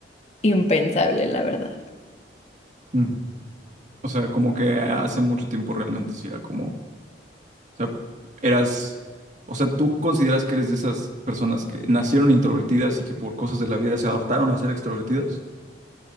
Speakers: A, on the left; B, on the right.
A: impensable, la verdad.
B: ujú. O sea, como que hace mucho tiempo realmente sí era como, o sea, eras, o sea, tú consideras que eres de esas personas que nacieron introvertidas y que por cosas de la vida se adaptaron a ser extrovertidas?